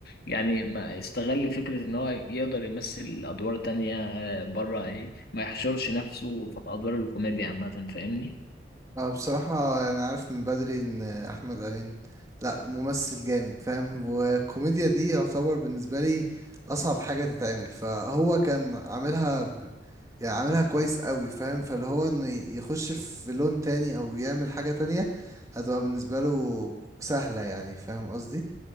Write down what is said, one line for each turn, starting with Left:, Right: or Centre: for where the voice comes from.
Left: يعني ما استغل فكره ان هو يقدر يمثل ادوار تانية آه، بره ما يحشرش نفسه في أدوار الكوميديا عامة فاهمني
Right: أنا بصراحة يعني عارف من بدري إن أحمد أمين لأ ممثل جامد فاهم والكوميديا دي يعتبر بالنسبة لي أصعب حاجة تتعمل فهو كان عاملها ب... يعني عاملها كويس قوي فاهم فاللي هو إنه يخش في لون تاني أو يعمل حاجة تانية هتبقى بالنسبة له سهلة يعني فاهم قصدي